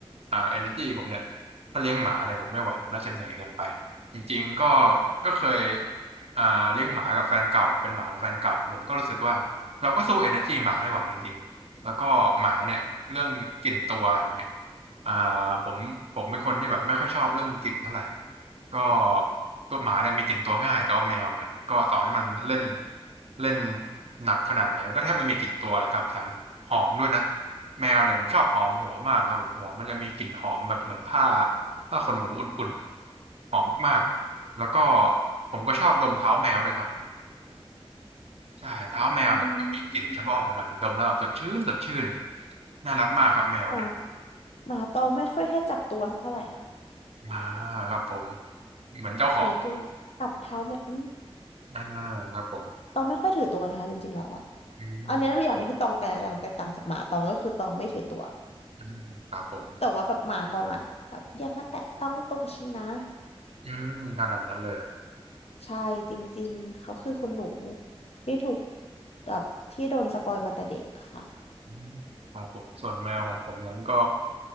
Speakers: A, on the right; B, on the left.
A: อ่าเอเนอร์จีผมเนี่ยถ้าเลี้ยงหมาเนี่ยผมไม่ไหวผมน่าจะเหนื่อยเกินไปจริงๆก็ก็เคยอ่าเลี้ยงหมากับแฟนเก่าเป็นหมาของแฟนเก่าผมก็รู้สึกว่าเราก็สู้เอเนอร์จีหมาไม่ไหวจริงๆ แล้วก็หมาเนี่ยเรื่องกลิ่นตัวอย่างเงี้ยอ่าผมผมเป็นคนที่แบบไม่ค่อยชอบเรื่องกลิ่นเท่าไหร่ก็ตัวหมาเนี่ยมีกลิ่นตัวง่ายแต่ว่าแมวเนี่ยก็ต่อให้มันเล่นเล่นหนักขนาดไหนก็แทบไม่มีกลิ่นตัวเลยครับแถมหอมด้วยนะแมวเนี่ยผมชอบหอมหัวมากครับผมหัวมันจะมีกลิ่นหอมแบบเหมือนผ้าผ้าขนหนูอุ่นๆหอมมากๆแล้วก็ผมก็ชอบดมเท้าแมวด้วยครับ ใช่เท้าแมวเนี่ยมีกลิ่นเฉพาะของมันดมแล้วแบบสดชื่นสดชื่น
B: อืม
A: น่ารักมากครับแมวเนี่ย
B: หมาหมาตองไม่ค่อยให้จับตัวเท่าไหร่ค่ะ
A: อ่าครับผมเหมือนเจ้าของ
B: ถือตัวจับเท้าไม่อืม
A: อ่าครับผม
B: ตองไม่ค่อยถือตัวนะคะจริงๆ แล้วอะ
A: อืม
B: อันเนี้ยเป็นอย่างหนึงที่ตองแตกต่างแตกต่างจากหมาตองก็คือตองไม่ถือตัว
A: อืมครับผม
B: แต่ว่าแบบหมาตองอะแบบอย่ามาแตะต้องตัวฉันนะ
A: อืมขนาดนั้นเลย
B: ใช่จริงๆเขาคือคุณหนูที่ถูกแบบที่โดนสปอยมาแต่เด็กค่ะ
A: อืมครับผมส่วนแมวของผมนั้นก็